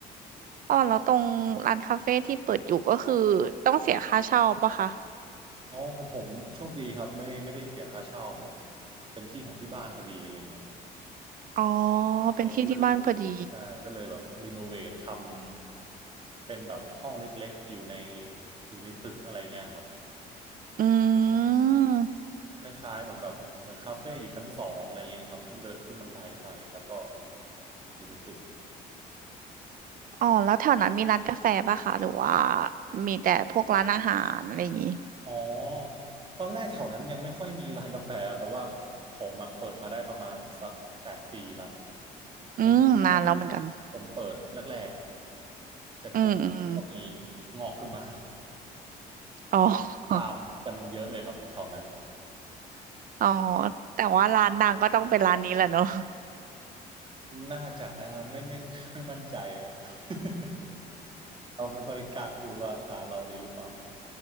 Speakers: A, on the right (about 55°); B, on the right (about 30°).
A: อ๋อแล้วตรงร้านคาเฟ่ที่เปิดอยู่ก็คือต้องเสียค่าเช่าปะคะ
B: อ๋อของผมโชคดีครับไม่ไม่ได้เสียค่าเช่ามันเป็นที่ของที่บ้านพอดีอะไรเงี้ยครับ
A: อ๋อเป็นที่ที่บ้านพอดี
B: เราก็เลยใช่ก็เลยแบบรีโนเวททำเป็นแบบห้องเล็กๆอยู่ในอยู่ในตึกอะไรเงี้ยครับ
A: อืม
B: คล้ายๆเหมือนแบบเหมือนคาเฟ่อยู่ชั้นสองอะไรเงี้ยครับต้องเดินขึ้นบันไดไปแล้วก็อยู่ในตึก
A: อ๋อแล้วแถวนั้นมีร้านกาแฟปะคะหรือว่ามีแต่พวกร้านอาหารอะไรอย่างงี้
B: อ๋อตอนแรกแถวนั้นยังไม่ค่อยมีร้านกาแฟครับแต่ว่าผมอะเปิดมาได้ประมาณสักแปดปีละ
A: อืมนานแล้วเหมือนกัน
B: ในช่วงแรกผมเปิดแรกๆอะเสร็จปุ๊บก็มี
A: อืมอืม
B: งอกขึ้นมา
A: อ๋อ
B: <laughs> ตามกันเยอะเลยครับแถวนั้น
A: อ๋อแต่ว่าร้านดังก็ต้องเป็นร้านนี้แหละเนอะ
B: น่าจะนะครับไม่ไม่ไม่มั่นใจครับ <laughs> เราไม่ค่อยกล้าพูดว่าร้านเรานี้หรือเปล่า